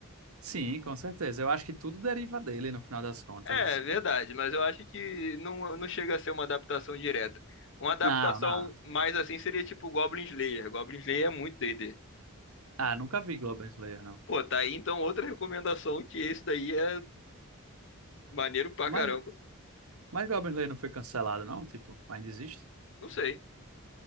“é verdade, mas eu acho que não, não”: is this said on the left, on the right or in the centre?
Left